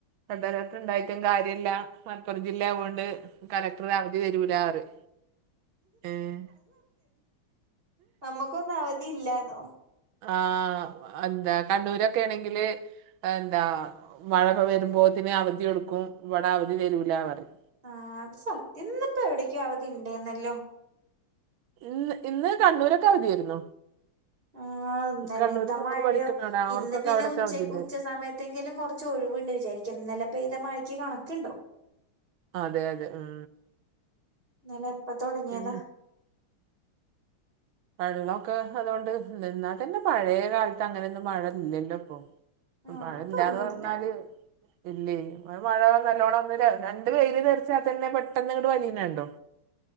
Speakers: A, on the right; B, on the right.
A: റെഡ് അലർട്ട് ഉണ്ടായിട്ടും കാര്യല്ല മലപ്പുറം ജില്ല ആവോണ്ട് കലക്ടർ അവധി തരൂല പറിം ഏഹ്
B: നമ്മക്കൊന്നും അവധി ഇല്ലാന്നോ
A: ആഹ് എന്താ കണ്ണൂരൊക്കേണെങ്കില് എന്താ മഴക്കെ വരുമ്പോത്തിന് അവധികൊടുക്കും ഇവടെ അവധി തരൂ ലാ പറിം
B: ആ അത് സത്യം ഇന്നിപ്പോ എവിടക്കോ അവധി ഉണ്ടേന്നല്ലോ
A: ഇന്ന് ഇന്ന് കണ്ണൂരൊക്കെ അവധിയായിരുന്നു
B: ആ ഇന്നലത്ത
A: കണ്ണൂര് മോള്
B: മഴയോ
A: പഠിക്കുന്ന അവിടെ അവൾക്കൊക്കെ
B: ഇന്ന് പിന്നെ
A: അവിടൊക്കെ
B: ഉച്ചക്ക്
A: അവധി ഉണ്ടായിരുന്നു.
B: ഉച്ച സമയത്ത് തെങ്കിലും കൊർച്ച് ഒഴിവ്ണ്ട് വിചാരിക്കാം ഇന്നലെ പെയ്ത മഴക്ക് കണക്ക്ണ്ടോ
A: അതെ അതെ ഉം
B: ഇന്നലെ എപ്പ തൊട്ങ്ങിയതാ
A: ഉം വെള്ളൊക്കെ അതോണ്ട് എന്നാൽത്തന്നെ പഴയ കാലത്തെ അങ്ങനൊന്നും മഴ ഇല്ലല്ലോ ഇപ്പൊ
B: ആ
A: മഴ
B: അതൊന്നുല്ല
A: ഇല്ലാന്ന് പർഞ്ഞാല് ഇല്ലേ മഴ നല്ലോണം <unintelligible> രണ്ട് വെയിൽ തെറിച്ചാൽ തന്നെ പെട്ടെന്നങ്ങട്ട് വലിന കണ്ടോ